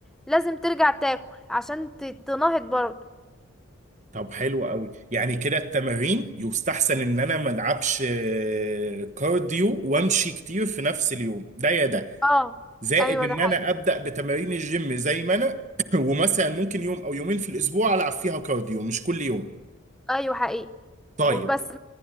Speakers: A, in the centre; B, on the right.
A: لازم ترجع تاكل عشان ت- تنهض برضه
B: طب حلو قوي يعني كده التمارين يستحسن ان انا ما العبش آه، كارديو وامشي كتير في نفس اليوم ده يا ده
A: اه
B: زائد
A: ايوه
B: ان
A: ده حقيقي
B: انا ابدا بتمارين الجيم زي ما انا <clears throat> ومثلا ممكن يوم او يومين في الاسبوع العب فيها كارديو مش كل يوم
A: ايوه حقيقي
B: طيب
A: وبس